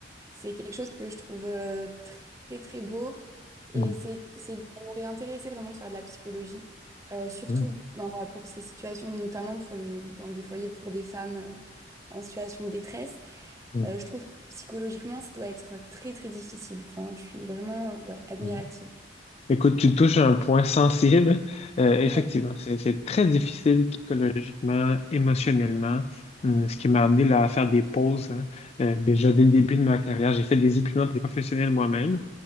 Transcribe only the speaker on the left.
Mm,
mm,
mm,
mm. Écoute, tu touches un point sensible. Euh, effectivement,
c'est c'est très difficile psychologiquement, émotionnellement, Hum, ce qui m'a amené là, à faire des pauses. hein. Euh, déjà dès le début de ma carrière, j'ai fait des épuisements professionnels moi-même